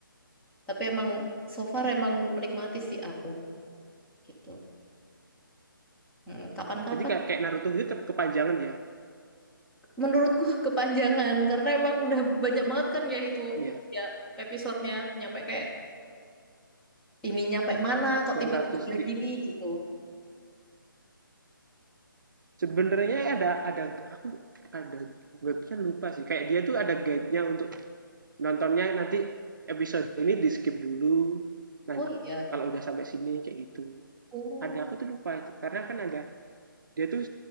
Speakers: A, in the centre; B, on the right.
A: Tapi emang so far emang menikmati sih aku gitu. Hmm, Kapan-kapan
B: jadi kayak, Naruto gitu ter- kepanjangan ya
A: menurutku <laughs> kepanjangan karena emang udah banyak banget kan ya itu
B: iya
A: ya episodenya nyampe kayak ini nyampe mana kok
B: enam
A: tiba-tiba
B: ratus
A: udah
B: di
A: gini gitu.
B: sebenarnya ada ada aku ada webnya lupa sih kayak dia tuh ada guide-nya untuk nontonnya nanti episode ini di skip dulu nanti
A: Oh iya.
B: kalau udah sampai sini kayak gitu
A: Oh.
B: ada aku tuh lupa itu karena kan ada dia tuh